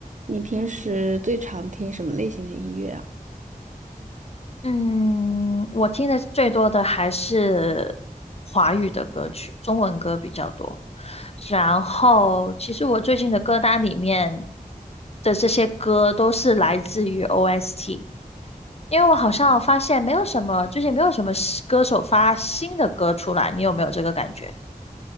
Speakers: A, on the right (about 55°); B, on the left (about 45°).
A: 你平时最常听什么类型的音乐啊？
B: 嗯，我听的最多的还是华语的歌曲，中文歌比较多。然后，其实我最近的歌单里面的这些歌都是来自于 OST，因为我好像发现没有什么，最近没有什么新歌手发新的歌出来，你有没有这个感觉？